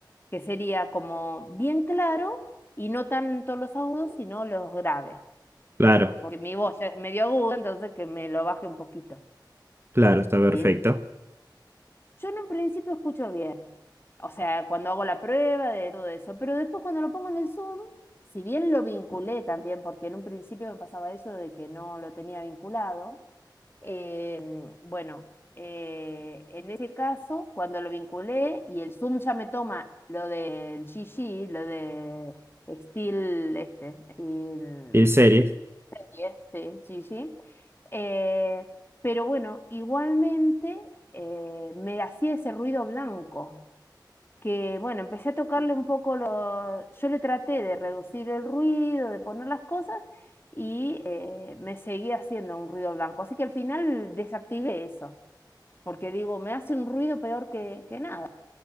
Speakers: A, on the left; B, on the right.
A: que sería como bien claro y no tanto los agudos, sino los graves,
B: Claro,
A: porque mi voz ya es medio aguda, entonces que me lo baje un poquito,
B: claro, está perfecto.
A: ¿sí? Yo en un principio escucho bien, o sea, cuando hago la prueba de todo eso, pero después cuando lo pongo en el Zoom, si bien lo vinculé también, porque en un principio me pasaba eso de que no lo tenía vinculado, Em, bueno, eh, en ese caso, cuando lo vinculé y el Zoom ya me toma lo del GG, lo de Steel, este, Steel
B: SteelSeries.
A: Series, sí, GG, eh, pero bueno, igualmente eh, me hacía ese ruido blanco que, bueno, empecé a tocarle un poco lo... Yo le traté de reducir el ruido, de poner las cosas y eh, me seguía haciendo un ruido blanco. Así que al final desactivé eso, porque digo, me hace un ruido peor que, que nada.